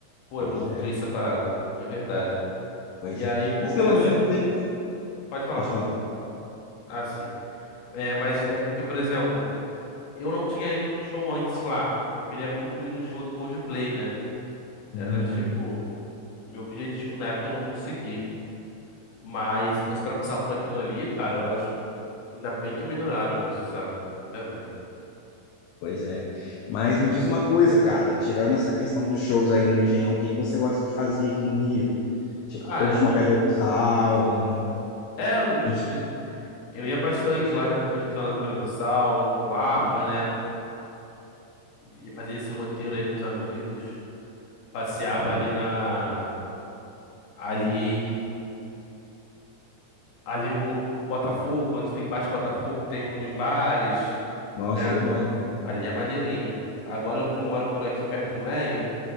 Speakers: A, on the left; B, on the left.
A: Pô,
B: Pois
A: é muito
B: é,
A: triste essa parada, de verdade.
B: pois
A: E
B: é.
A: aí, pô,
B: Mas
A: por
B: pelo
A: exemplo,
B: menos eles.
A: pode falar.
B: Pode falar.
A: Ah, sim. É, mas é porque, por exemplo, eu não tinha ido no show antes lá. Eu queria muito ir no show do Coldplay, né?
B: Uhum.
A: Era tipo. Meu objetivo na época eu não consegui. Mas se fosse pra passar por aquilo ali, cara, eu acho. Ainda bem que melhoraram isso, sabe? Ainda bem.
B: Pois é. Mas me diz uma coisa, cara, tirando essa questão dos shows aí no Engenhão, o que que você gosta de fazer aqui no Rio? Tipo,
A: Ah,
B: curte uma pedra de sal, uma...
A: é, eu, eu,
B: um
A: eu- eu ia bastante lá, já fui bastante lá na Pedra do Sal, Lapa, né? Ia fazer esse roteiro aí com os amigos. Passeava ali na. Ali. Ali por Botafogo, onde tem embaixo de Botafogo, tem alguns bares,
B: Nossa,
A: né?
B: ali é bom, hein?
A: Ali é maneirinho. Agora eu, te- eu moro por aqui, perto do Meia.